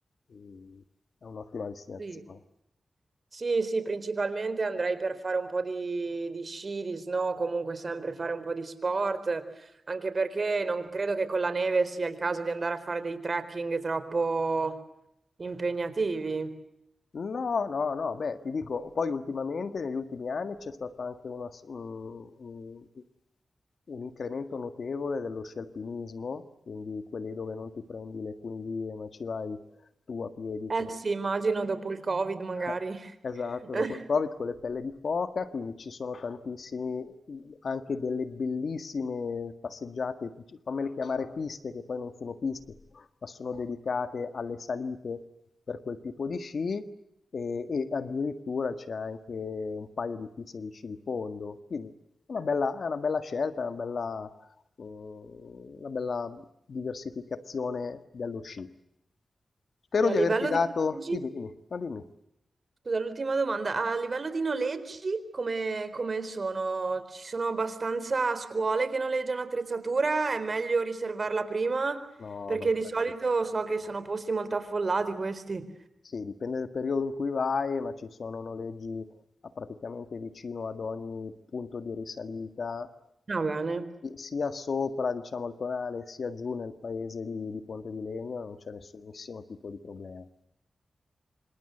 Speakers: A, on the left; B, on the right.
A: mh, è un'ottima destinazione.
B: Sì. Sì, sì, principalmente andrei per fare un po' di, di sci, di snow, comunque sempre fare un po' di sport, anche perché non credo che con la neve sia il caso di andare a fare dei trekking troppo impegnativi.
A: No, no, no, beh, ti dico, poi ultimamente, negli ultimi anni, c'è stato anche una s- un, un- un incremento notevole dello sci alpinismo, quindi quelli dove non ti prendi le funivie, ma ci vai tu a piedi
B: Eh
A: con
B: sì, immagino dopo il Covid magari.
A: eh, Esatto,
B: <laughs>
A: dopo il Covid con le pelle di foca, quindi ci sono tantissimi, anche delle bellissime passeggiate, dic- fammele chiamare piste, che poi non sono piste, ma sono dedicate alle salite per quel tipo di sci e, e addirittura c'è anche un paio di piste di sci di fondo, quindi è una bella, è una bella scelta, è una bella, eh, una bella diversificazione dello sci. Spero
B: E a
A: di
B: livello
A: averti dato,
B: di viaggi?
A: dimmi, dimmi, no, dimmi.
B: Scusa, l'ultima domanda. A livello di noleggi, come, come sono? Ci sono abbastanza scuole che noleggiano attrezzatura? È meglio riservarla prima?
A: No,
B: Perché
A: vai tranquillo.
B: di solito so che sono posti molto affollati questi.
A: Sì, dipende dal periodo in cui vai, ma ci sono noleggi a praticamente vicino ad ogni punto di risalita,
B: Va
A: eh,
B: bene.
A: si- sia sopra, diciamo, il tonale, sia giù nel paese di, di Ponte di Legno, non c'è nessunissimo tipo di problema.